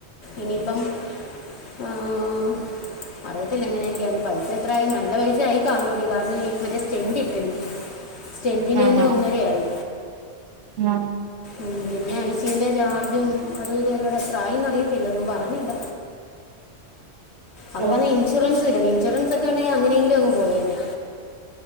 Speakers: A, on the left; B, on the right.
A: ഇനിയിപ്പം ആഹ് അറിയത്തില്ല എങ്ങനെയൊക്കെയന്ന് പൈസ എത്രായ നല്ല പൈസ ആയി കാണുംടി കാരണം മറ്റേ സ്റ്റെൻഡ ഇട്ടടി സ്റ്റെൻഡിന്
B: ആണോ
A: തന്നെ ഒന്നരയായി
B: ആ
A: ഉ പിന്നെ ഐ സ്യുന്റെ ചാർജും അതും ഇതൂടെ എത്രായിന്ന് അറിയത്തില്ല ഒന്നും പറഞ്ഞില്ല അവ്ട്ന്നാണെ
B: ഓ
A: ഇൻഷുറൻസുല്ലെടി ഇൻഷുറൻസ് ഒക്കെ ഉണ്ടെങ്കിൽ അങ്ങനെയെങ്കിലും അങ്ങ് പോയേനെ